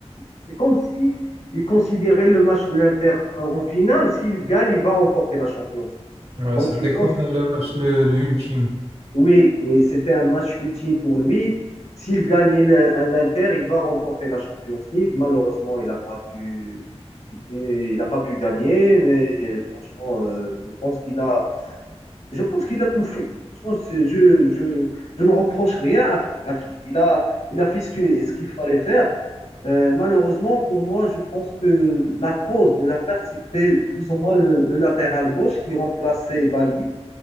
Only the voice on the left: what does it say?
c'est comme si il considérait le match de l'Inter en finale. S'il gagne, il va remporter la Champions League.
Donc,
je pense,
oui, oui, c'était un match ultime pour lui. S'il gagnait l'Inter, il va remporter la Champions League. Malheureusement, il n'a pas pu, il n'a pas pu gagner. Mais franchement, euh, je pense qu'il a, je pense qu'il a tout fait. Je, je, je, je ne reproche rien à, Flick. Il a, il a fait ce qu'il ce qu'il fallait faire. Euh, malheureusement, pour moi, je pense que la cause de la perte, c'était plus ou moins le, le latéral gauche qui remplaçait Baldi.